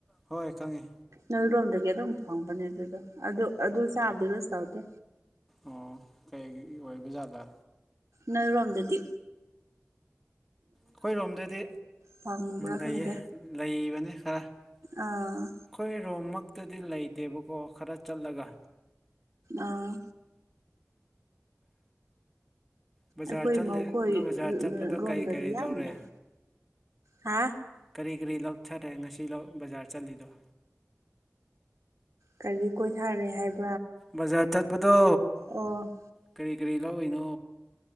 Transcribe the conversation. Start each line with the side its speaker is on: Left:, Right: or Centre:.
Centre: ꯍꯣꯏ ꯈꯪꯉꯤ
Right: ꯅꯣꯏꯔꯣꯝꯗꯒꯤ ꯑꯗꯨꯝ ꯐꯪꯕꯅꯦ ꯑꯗꯨꯗꯣ ꯑꯗꯨ ꯑꯗꯨ ꯆꯥꯕꯗꯤ ꯀꯔꯤꯁꯨ ꯇꯧꯗꯦ
Centre: ꯑꯣ ꯀꯩꯒꯤ ꯑꯣꯏꯕ ꯖꯥꯠꯂ
Right: ꯅꯣꯏꯔꯣꯝꯗꯗꯤ‌
Centre: ꯑꯈꯣꯏꯔꯣꯝꯗꯗꯤ
Right: ꯐꯪꯕ꯭ꯔꯥ
Centre: ꯂꯩꯌꯦ
Right: ꯈꯪꯗꯦ
Centre: ꯂꯩꯕꯅꯤ ꯈ꯭ꯔꯥ ꯑꯈꯣꯏꯔꯣꯝꯃꯛꯇꯗꯤ
Right: ꯑꯥ
Centre: ꯂꯩꯇꯦꯕꯀꯣ ꯈꯔꯥ ꯆꯠꯂꯒ
Right: ꯑꯥ
Centre: ꯕꯖꯥꯔ
Right: ꯑꯈꯣꯏ
Centre: ꯆꯠꯂꯤ
Right: ꯃꯧ ꯈꯣꯏꯔꯣꯝꯗꯗꯤ
Centre: ꯕꯖꯥꯔ ꯆꯠꯄꯗꯣ ꯀꯔꯤ ꯀꯔꯤ
Right: ꯌꯥꯝ
Centre: ꯂꯧꯔꯦ
Right: ꯂꯩ ꯍꯥ
Centre: ꯀꯔꯤ ꯀꯔꯤ ꯂꯧꯊꯔꯦ ꯉꯁꯤ ꯕꯖꯥꯔ ꯆꯠꯂꯤꯗꯣ
Right: ꯀꯔꯤ ꯀꯣꯏꯊꯥꯔꯦ ꯍꯥꯏꯕ
Centre: ꯕꯖꯥꯔ ꯆꯠꯄꯗꯣ
Right: ꯑꯣ
Centre: ꯀꯔꯤ ꯀꯔꯤ ꯂꯧꯏꯅꯣ